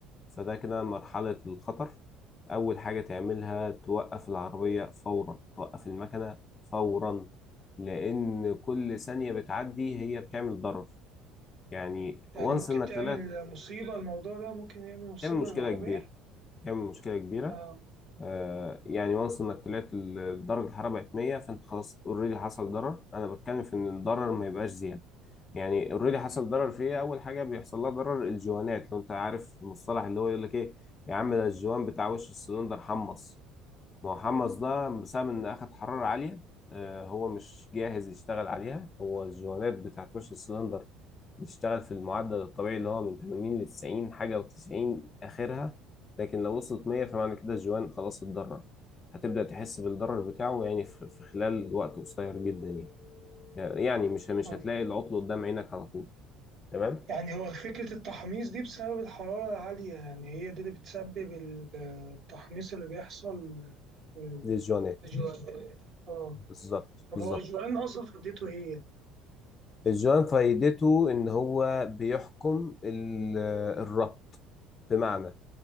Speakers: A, on the left; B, on the right.
A: فده كده مرحلة الخطر أول حاجة تعملها توقف العربية فورا توقف المكنة فورا لأن كل ثانية بتعدي هي بتعمل ضرر يعني
B: يعني
A: وانس
B: ممكن
A: إنك
B: تعمل
A: طلعت
B: مصيبة الموضوع ده ممكن يعمل مصيبة
A: تعمل مشكلة
B: للعربية
A: كبيرة تعمل مشكلة كبيرة
B: اه
A: آه، يعني وانس انك طلعت ال- درجه الحراره بقت 100 فانت خلاص اوريدي حصل ضرر انا بتكلم في ان الضرر ما يبقاش زياده يعني اوريدي حصل ضرر في ايه اول حاجه بيحصل لها ضرر الجوانات لو انت عارف المصطلح اللي هو يقول لك ايه يا عم ده الجوان بتاع وش السلندر حمص ما هو حمص ده بسبب ان اخد حرارة عالية آه، هو مش جاهز يشتغل عليها هو الجوانات بتاعت وش السلندر بتشتغل في المعدل الطبيعي اللي هو من 80 ل 90 حاجة و90 آخرها لكن لو وصلت 100 فمعنى كده الجوان خلاص اتضرر هتبدأ تحس بالضرر بتاعه يعني في في خلال وقت قصير جدا يعني يعني مش مش
B: اه
A: هتلاقي العطل قدام عينك على طول تمام
B: يعني هو فكرة التحميص دي بسبب الحرارة العالية يعني هي دي اللي بتسبب ال- التحميص اللي بيحصل في
A: دي الجوانات
B: الجوان اه
A: بالظبط
B: طب
A: بالظبط
B: هو الجوان أصلا فديته ايه؟
A: الجوان فايدته ان هو بيحكم ال- الربط بمعنى